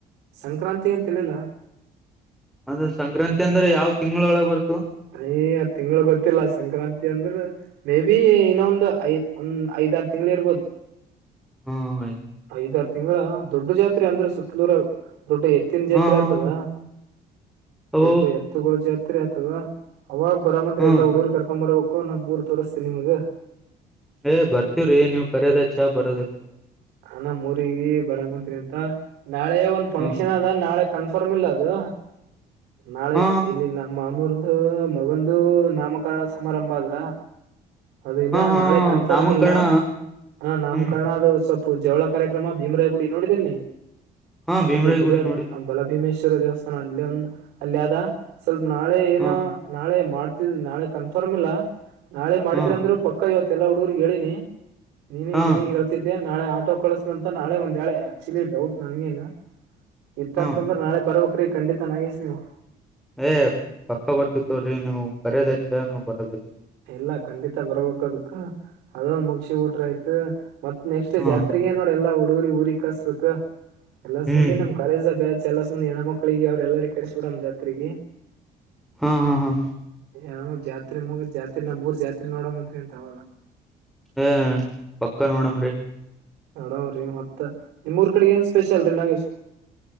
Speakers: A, on the right; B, in the centre.
A: ಸಂಕ್ರಾಂತಿ ಅಂತಳಿಲ್ಲ
B: ಅಂದ್ರೆ ಸಂಕ್ರಾಂತಿ ಅಂದ್ರೆ ಯಾವ್ ತಿಂಗಳೊಳಗೆ ಬರ್ತು
A: ಯ ಆ್ ತಿಂಳ ಗೊತ್ತಿಲ್ಲ ಸಂಕ್ರಾಂತಿ ಅಂದ್ರ ಮೇ ಬಿಿ ಇನ್ನೊ ಒಂದು ಐದ್ ಒಂದ್ ಐದಾರು ತಿಂಗಳು ಇರ್ಬೋದು
B: ಹ್ಮ
A: ಐದಾರ ತಿಂಗಳ ದೊಡ್ಡ ಜಾತ್ರೆ ಅಂದ್ರ ಸುತ್ತಲೂರ ದೊಡ್ಡು ಎತ್ತಿನ ಜಾತ್ರೆ
B: ಹಾ ಹಾ
A: ಆಗ್ತದ
B: ಹಾ ಓ
A: ದೊಡ್ಡು ಎತ್ತುಗಳ ಜಾತ್ರೆ ಆಗ್ತದ ಅವಾಗ ಬರ ಮಂದತ್ರಿ
B: ಹಾ
A: ಎಲ್ಲ ಹುಡುಗರು ಕರ್ಕೊ್ ಬರಬೇಕು ನಾ್ ಮೂರ್ ತೋರಿಸ್ತೀನ ನಿಮ್ಗ
B: ಏ ಬರ್ತೀವ್ರೀ ನೀವ್ ಕರೋದಚ್ಚ ಬರೋದಚ್ಚ
A: ಹಣ ಮೂರಿಗ ಬರ ಮಂತ್ರಿ ಅಂತ ನಾಳೆ ಒಂದ್ ಫಂಕ್ಷನ್
B: ಹ
A: ಅದ ನಾಳೆ ಕನ್ ಫಾರ ಇ ಅದು ನಾಳೆ
B: ಹ
A: ಇಲ್ಲಿ ನ ಮಾಮೂರದು ಮಗಂದು ನಾಮಕರಣ ಸಮಾರಂಭ ಅದ ಅದನ್ನ
B: ಹ ಹ ಹ
A: ನಾಳೆ ಕನ್ಫರ್ಮ್
B: ನಾಮಕರಣ
A: ಇಲ್ಲ ಹ ನಮ್
B: ಹ್ಮ್
A: ಕಣದು ಸ್ವಲ್ಪ ಜವಳ ಕಾರ್ಯಕ್ರಮ ಭೀಮರಾಯ ಗುಡಿ ನೋಡಿದಲ್ ನೀ
B: ಹಾ ಭೀಮರಾಯ
A: ಅಲ್ಲಿ ಗುರಿ
B: ಗುಡಿ
A: ಆದ
B: ನೋಡಿದ್
A: ಬಲಭೀಮೇಶ್ವರ ದೇವಸ್ಥಾನ ಅಲ್ಲ ಒಂದು್ ಅಲ್ಲಿ ಆದ ಸ್ವಲ್ಪ ನಾಳೆ ಏನೋ
B: ಹ
A: ನಾಳೆ ಮಾಡ್ತಿದ್ ನಾಳೆ ಕನ್ಫರ್ಮ್ ಇಲ್ಲ ನಾಳೆ ಮಾಡಿದ್ರ
B: ಹ
A: ಅಂದ್ರರು ಪಕ್ಕ ಅಕ್ಕ ಇವತ್ತೆಲ್ಲಾ ಹುಡುಗರ್ಗ್ ಹೇಳಿನಿ ನೀ
B: ಹಾ
A: ನಿನಗೆ ಹೇತಿದ್ದೆ ನಾಳೆ ಆಟೋ ಕಳಸ್ಂತ ನಾಳೆ ಒಂದ್ೇಳೆ ಆಕ್ಚುಲಿ ಡೌಟ್ ನನ್ ಏನ್ ಇತ್ತಂತಂದ್ರೆ
B: ಹ್ಮ
A: ನಾಳೆ ಬರ್ಬ್ರೀ ಖಂಡಿತ ನಾಗಿಸ್ ನೀವು
B: ಏ್ ಪಕ್ಕ ಬರ್ತಿತ್ತವ್ರೀ ನೀವು ಬರೋದಚ್ಚ ನಾವ್ ಬರೋದ ಹೆಚ್ಚ
A: ಎಲ್ಲ ಖಂಡಿತ ಬರ್ಬೇಕ ಅದಕ್ ಅದೊಂದ ಮುಗಸಿ ಟ್ರ ಆಯ್ತು ಮತ್ ನೆಕ್ಸ್ಟ್
B: ಹ್ಮ
A: ಜಾತ್ರೆಗೆ ನೋಡಿಲ್ಲ ಹುಡುಗರಿ ಊರಿಗೆ ಕಸ್ಬೇಕ ಎಲ್ಲ
B: ಹ್ಮ್
A: ಬಂದಿ ನಮ ಕಾಲೇಜ್ ಬ್ಯಾಚ್ ಎಲ್ಲಾಂದಿ ಹೆಣ್ಣ ಮಕ್ಳಿಗೆ ಅವ್ರ ಎಲ್ಲರಿ ಕರಿಸಸಬಿಡ ನಮ್ಮ ಜಾತ್ರಿಗೆ
B: ಹಾ ಹಾ ಹಾ
A: ಯ ಜಾತ್ರೆ ಮುಗ ಜಾತ್ರೆ ನಾವ್ ಮೂರ್ ಜಾತ್ರೆ ನೋಡೋ ಮಂತ್ರಿ ಅಂತವಾಗ
B: ಏ ಪಕ್ಕ ನೋಡಮ್ರರಿ
A: ನಡವ್ರೀ ಮತ್ತತ್ ನಿಮ್ಮ ಊರ್ ಕಡೆ ಏನ್ ಸ್ಪೆಷಲ್ ರೀ ನಾಗೇಶ್